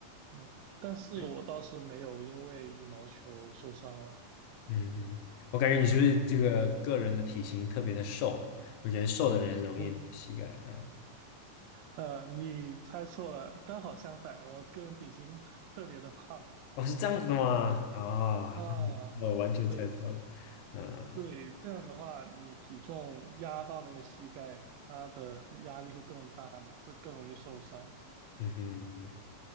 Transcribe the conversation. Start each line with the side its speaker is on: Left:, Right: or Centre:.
Right: 嗯，但是我倒是没有因为羽毛球受伤了。
Left: 对，嗯嗯，我感觉你是不是这个个人的体型特别的瘦？我觉得瘦的人容易膝盖啊。
Right: 我，呃，你猜错了，刚好相反，我个人体型 <laughs> 特别的胖
Left: 哦，是这样子的吗？啊、
Right: 啊，
Left: <laughs> 那我完全猜错了。
Right: 对，
Left: 呃
Right: 对，这样的话，你体重压到那个膝盖，它的压力会更大嘛，会更容易受伤。
Left: 嗯哼，